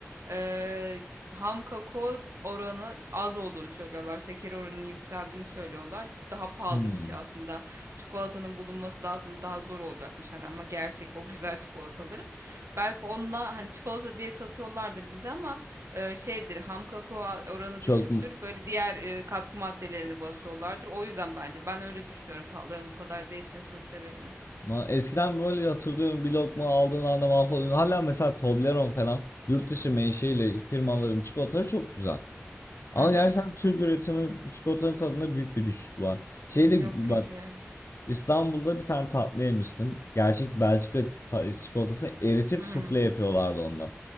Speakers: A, on the right (about 80°); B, on the left (about 75°).
A: e, ham kakao oranı az olduğunu söylüyorlar. Şeker oranının yükseldiğini söylüyorlar. Daha pahalı
B: hmm.
A: bir şey aslında. Çikolatanın bulunması da aslında daha zor olacakmış hani ama gerçek o güzel çikolataların. Belki onunla hani çikolata diye satıyorlardır bize ama e, şeydir ham kakao oranı
B: Çok
A: düşüktür.
B: mu-
A: Böyle diğer e, katkı maddelerini basıyorlardır. O yüzden bence ben öyle düşünüyorum tatların bu kadar değişmesinin sebebini.
B: ma- eskiden böyle hatırlıyorum bir lokma aldığın anda mahvoluyordun. Hala mesela Toblerone falan yurt dışı menşeili firmaların çikolataları çok güzel. Ama
A: Hı hı.
B: gerçekten Türk üretimi çikolatanın tadında büyük bir düşüş var. Şeyde
A: Yok
B: bak
A: kötü ya.
B: İstanbul'da bir tane tatlı yemiştim. Gerçek Belçika ta- çikolatasını eritip
A: Hı hı.
B: sufle yapıyorlardı ondan.